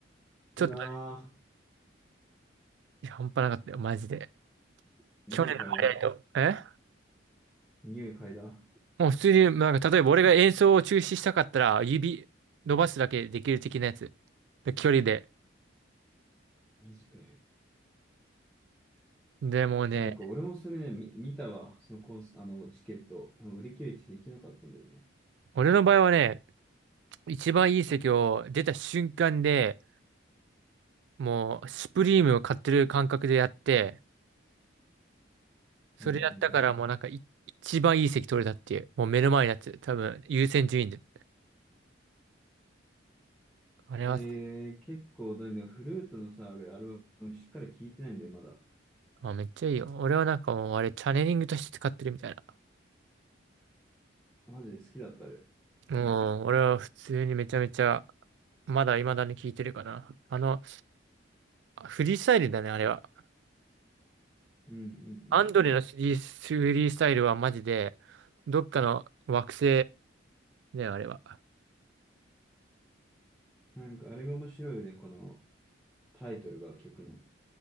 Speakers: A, on the right; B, in the centre.
A: ちょっと
B: うわ
A: いや、半端なかったよ、マジで。
B: ー、
A: 去年のハイライト。
B: 匂い嗅いだ。
A: え
B: 匂い嗅いだ。
A: もう普通に、なんか、例えば俺が演奏を中止したかったら、指伸ばすだけできる的なやつ。で距離で。
B: マジかよ。
A: でもうね、
B: なんか俺もそれね、み、見たわ。そのコンス、あの、チケット。あの売り切れてできなかったんだよね。
A: 俺の場合はね、一番いい席を出た瞬間で、もう、スプリームを買ってる感覚でやって、それやったからもうなんかい、
B: うんうんうん
A: 一番いい席取れたっていう、もう目の前のやつ、多分優先順位で。あれは、
B: えー、結構、だね、フルートのさ、俺、アルバムしっかり聴いてないんだよ、まだ。
A: あ、めっちゃいいよ。俺はなんかもう、あれ、チャネリングとして使ってるみたいな。
B: マジで好きだった、あれ。
A: もう、俺は普通にめちゃめちゃ、まだ未だに聞いてるかな。あの、フリースタイルだね、あれは。
B: うんうんう
A: アンドレのフリー、
B: ん
A: フリースタイルはマジで、どっかの惑星だよ、あれは。
B: うん。なんか、あれが面白いよね、このタイトルが曲の。